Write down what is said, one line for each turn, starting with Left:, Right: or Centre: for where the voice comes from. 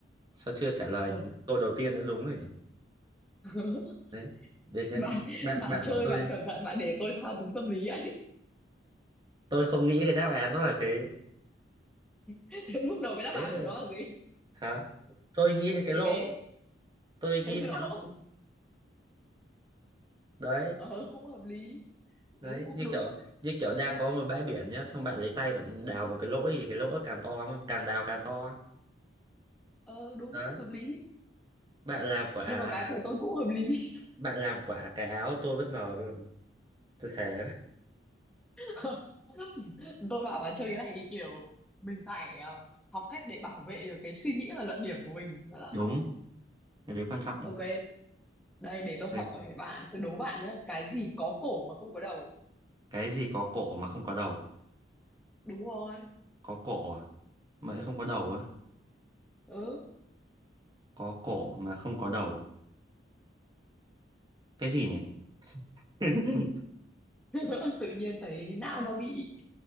Right: Sao chưa trả lời
Centre: rồi
Right: câu đầu tiên đã đúng rồi nhỉ?
Centre: <laughs>
Right: Đấy. Để, để,
Centre: bạn
Right: bạn
Centre: bạn
Right: bạn
Centre: chơi
Right: hỏi tôi,
Centre: bạn cẩn thận bạn để tôi thao túng tâm lý ấy
Right: tôi không nghĩ cái đáp án nó là thế.
Centre: <laughs> Thế lúc đầu cái đáp
Right: Thế
Centre: án
Right: là-
Centre: của nó là gì
Right: hả? Tôi nghĩ đến cái
Centre: Thế
Right: lỗ,
Centre: cái
Right: tôi nghĩ
Centre: cái lỗ
Right: đến cái lỗ. Đấy,
Centre: ờ, cũng hợp lý
Right: đấy
Centre: đúng cũng
Right: như
Centre: đúng
Right: kiểu như kiểu đang có một bãi biển nhá, xong bạn lấy tay bạn đào một cái lỗ thì cái lỗ càng to không? Càng đào càng to.
Centre: ờ đúng
Right: Đấy,
Centre: hợp lý
Right: bạn làm quả
Centre: nhưng mà cái của tôi cũng hợp lý
Right: bạn làm quả cái áo tôi bất ngờ luôn tôi thế
Centre: <laughs> tôi bảo là chơi cái này thì kiểu mình phải ờ, học cách để bảo vệ được cái suy nghĩ và luận điểm của mình Bảo là,
Right: Đúng, cái đấy quan trọng đấy.
Centre: ok đây để tôi
Right: Đây
Centre: hỏi
Right: này.
Centre: các bạn tôi đố bạn nhé cái gì có cổ mà không có đầu
Right: Cái gì có cổ mà không có đầu?
Centre: đúng rồi
Right: Có cổ à? Mà lại không có đầu á?
Centre: ừ
Right: Có cổ mà không có đầu. Cái gì nhỉ? <laughs>
Centre: <laughs> tự nhiên thấy não nó bị